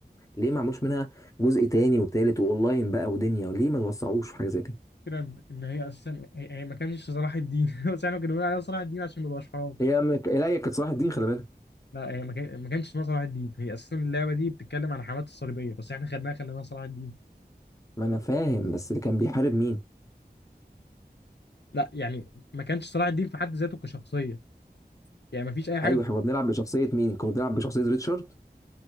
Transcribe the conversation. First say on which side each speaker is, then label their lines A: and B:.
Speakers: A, on the left (about 20°); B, on the left (about 80°).
A: ليه ما عملوش منها جزء تاني وتالت واونلاين بقى ودنيا وليه ما توسعوش في حاجه زي دي
B: الفكره ان إن هي اساسا هي هي ما كانش صلاح الدين <laughs> بس احنا كنا بنقول عليها صلاح الدين عشان ما يبقاش حرام
A: هي م- لا هي كانت صلاح الدين خلي بالك
B: لا هي ما كان- ما كانش اسمها صلاح الدين هي اساسا اللعبه دي بتتكلم عن حماة الصليبيه بس احنا خدناها خليناها صلاح الدين
A: ما انا فاهم بس اللي كان بيحارب مين
B: لا يعني ما كانش صلاح الدين في حد ذاته كشخصيه يعني ما فيش اي حاجه
A: ايوه احنا كنا بنلعب بشخصيه مين كنا بنلعب بشخصيه ريتشارد